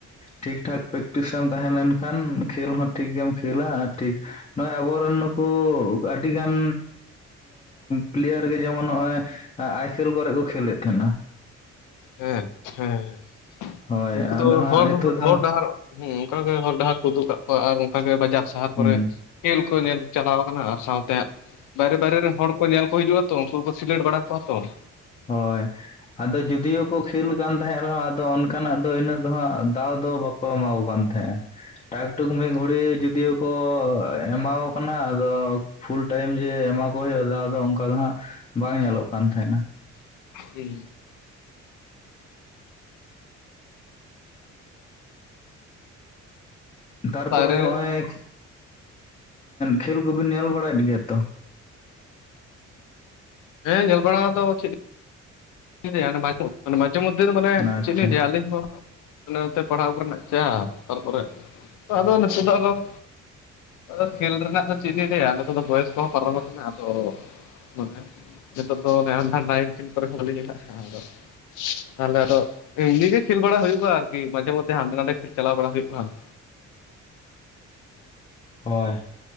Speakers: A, on the left; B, on the left.
A: ᱴᱷᱤᱠ ᱴᱷᱟᱠ ᱯᱮᱠ ᱴᱤᱥ ᱨᱮᱢ ᱛᱟᱦᱮᱸ ᱞᱮᱱ ᱠᱷᱟᱱ ᱠᱷᱮᱞ ᱦᱚᱸ ᱴᱷᱤᱠ ᱜᱮᱢ ᱠᱷᱮᱞᱟ ᱾ ᱴᱷᱤᱠ ᱱᱚᱜᱼᱚᱭ ᱟᱵᱚᱨᱮᱱ ᱱᱩᱠᱩ ᱟᱹᱰᱤ ᱜᱟᱱ ᱯᱞᱮᱭᱟᱨ ᱜᱮ ᱡᱮᱢᱚᱱ ᱱᱚᱜᱼᱚᱭ ᱟᱭᱥᱮᱞ ᱠᱚᱨᱮ ᱠᱚ ᱠᱷᱮᱞᱮᱫ ᱛᱟᱦᱮᱱᱟ ᱾
B: ᱦᱮᱸ ᱦᱮᱸ
A: ᱦᱳᱭ
B: ᱩᱱᱠᱩ
A: ᱟᱫᱚ
B: ᱫᱚ
A: ᱦᱟᱸᱜ
B: ᱦᱚᱨ,
A: ᱦᱤᱛᱚᱜ ᱫᱚ
B: ᱦᱚᱨ ᱰᱟᱦᱟᱨ ᱦᱮᱸ ᱚᱱᱠᱟᱜᱮ ᱦᱚᱨ ᱰᱟᱦᱟᱨ ᱠᱚ ᱩᱫᱩᱜ ᱠᱟᱜ ᱠᱚᱣᱟ ᱟᱨ ᱚᱱᱠᱟᱜᱮ ᱵᱟᱡᱟᱨ ᱥᱟᱦᱟᱨ
A: ᱦᱩᱸ
B: ᱠᱚᱨᱮ ᱠᱷᱮᱞ ᱠᱚ ᱧᱮᱞ ᱪᱟᱞᱟᱣ ᱟᱠᱟᱱᱟ ᱟᱨ ᱥᱟᱶᱛᱮ ᱵᱟᱭᱨᱮ ᱵᱟᱭᱨᱮ ᱨᱮᱱ ᱦᱚᱲ ᱠᱚ ᱧᱮᱞ ᱠᱚ ᱦᱤᱡᱩᱜᱼᱟ ᱛᱚ ᱩᱱᱠᱩ ᱠᱚ ᱥᱤᱴᱮᱴ ᱵᱟᱲᱟ ᱠᱚᱣᱟ ᱛᱚ ᱾
A: ᱦᱳᱭ ᱟᱫᱚ ᱡᱩᱫᱤᱭᱳ ᱠᱚ ᱠᱷᱮᱞ ᱠᱟᱱ ᱛᱟᱦᱮᱸᱫ ᱨᱮᱦᱚᱸ ᱟᱫᱚ ᱚᱱᱠᱟ ᱞᱮᱠᱟᱱᱟᱜ ᱫᱚ ᱤᱱᱟᱹᱜ ᱫᱚ ᱦᱟᱸᱜ ᱫᱟᱣ ᱫᱚ ᱵᱟᱠᱚ ᱮᱢᱟ ᱠᱟᱱ ᱛᱟᱦᱮᱸᱜᱼᱟ ᱾ ᱴᱟᱠ ᱴᱩᱠ ᱢᱤᱫ ᱜᱷᱲᱤ ᱡᱩᱚᱫᱤᱭᱳ ᱠᱚ ᱮᱢᱟ ᱠᱟᱱᱟ ᱟᱫᱚ ᱯᱷᱩᱞ ᱴᱟᱭᱤᱢ ᱡᱮ ᱮᱢᱟ ᱠᱚ ᱦᱩᱭᱩᱜᱼᱟ, ᱫᱟᱣ ᱫᱚ ᱚᱱᱠᱟ ᱫᱚ ᱦᱟᱸᱜ ᱵᱟᱝ ᱧᱮᱞᱚᱜ ᱠᱟᱱ ᱛᱟᱦᱮᱱᱟ ᱾
B: ᱦᱩᱸ ᱾
A: ᱛᱟᱨᱯᱚᱨᱮ
B: ᱵᱟᱭᱨᱮ
A: ᱦᱚᱸᱜᱼᱚᱭ ᱠᱷᱮᱞ ᱠᱚᱵᱤᱱ ᱧᱮᱞ ᱵᱟᱲᱟᱭᱮᱫ ᱜᱮᱭᱟ ᱛᱚ?
B: ᱦᱮᱸ ᱧᱮᱞ ᱵᱟᱲᱟᱛᱚ ᱫᱚ ᱪᱮᱫ ᱤᱫᱮ ᱢᱟᱡᱷᱮᱚᱫᱽᱫᱷᱮ ᱫᱚ ᱢᱟᱱᱮ
A: ᱟᱪᱪᱷᱟ
B: ᱪᱮᱫ ᱞᱤᱧ ᱞᱟᱹᱭ ᱟᱜ ᱟᱹᱞᱤᱧ ᱦᱚᱸ ᱱᱚᱛᱮ ᱯᱟᱲᱦᱟᱣ ᱠᱚᱨᱮᱱᱟᱜ ᱪᱟᱯ ᱛᱟᱨᱯᱚᱨᱮ ᱟᱫᱚ ᱱᱤᱛᱚᱜ ᱫᱚ ᱟᱨᱚᱦᱚ ᱟᱫᱚ ᱠᱷᱮᱞ ᱨᱮᱱᱟᱜ ᱫᱚ ᱪᱮᱫ ᱞᱤᱧ ᱞᱟᱹᱭᱟ ᱱᱤᱛᱚᱜ ᱫᱚ ᱵᱚᱭᱮᱥ ᱠᱚᱦᱚᱸ ᱯᱟᱨᱚᱢ ᱟᱠᱟᱱᱟ ᱟᱫᱚ, ᱢᱟᱱᱮ ᱱᱤᱛᱚᱜ ᱫᱚ ᱚᱱᱮ ᱟᱱᱰᱟᱨ ᱱᱟᱭᱤᱱᱴᱤᱱ ᱠᱚᱨᱮ ᱦᱚᱸ ᱵᱟᱹᱞᱤ ᱜᱮ ᱦᱮᱱᱟᱜ-ᱟ, ᱛᱟᱦᱞᱮ ᱟᱫᱚ ᱮᱢᱱᱤᱜ ᱜᱮ ᱠᱷᱮᱞ ᱵᱟᱲᱟ ᱦᱩᱭᱩᱜᱼᱟ ᱟᱨᱠᱤ, ᱢᱟᱡᱷᱮ ᱢᱚᱫᱽᱫᱮ ᱦᱟᱸᱰᱮ ᱱᱟᱰᱮ ᱠᱷᱮᱞ ᱪᱟᱞᱟᱣ ᱵᱟᱲᱟ ᱦᱩᱭᱩᱜᱼᱟ ᱾
A: ᱦᱳᱭ